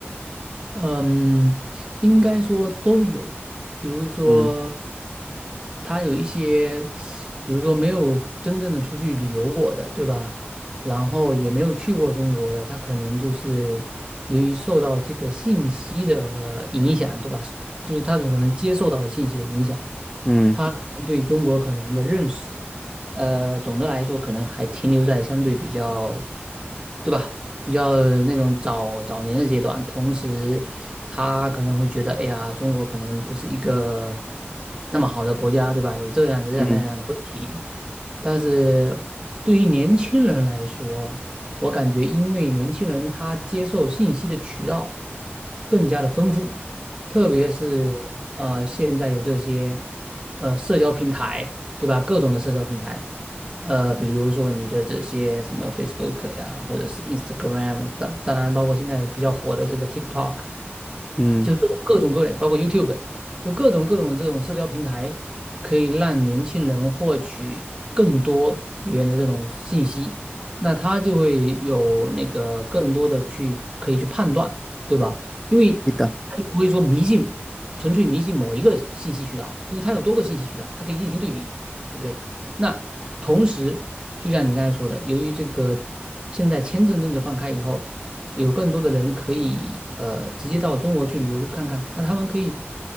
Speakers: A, on the right; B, in the centre.
A: 嗯，应该说都有，比如说
B: 嗯
A: 他有一些，比如说没有真正的出去旅游过的，对吧？然后也没有去过中国的，他可能就是由于受到这个信息的影响，对吧？就是他所能接受到的信息的影响。
B: 嗯
A: 他可能对中国可能的认识，呃，总的来说可能还停留在相对比较，对吧？比较那种早早年的阶段。同时，他可能会觉得，哎呀，中国可能不是一个那么好的国家，对吧？有这样的这样那样的问题。
B: 嗯
A: 但是对于年轻人来说，我感觉因为年轻人他接受信息的渠道更加的丰富。特别是呃，现在有这些呃社交平台，对吧？各种的社交平台，呃，比如说你的这些什么 Facebook 呀，或者是 Instagram，当当然包括现在比较火的这个 TikTok，
B: 嗯，
A: 就这种各种各类，包括 YouTube，有各种各种的这种社交平台，可以让年轻人获取更多元的这种信息，那他就会有那个更多的去可以去判断，对吧？因为他就不会说迷信，
B: 那个。
A: 纯粹迷信某一个信息渠道，因为他有多个信息渠道，它可以进行对比，对不对？那同时，就像你刚才说的，由于这个现在签证政策放开以后。有更多的人可以呃直接到中国去旅游去看看，那他们可以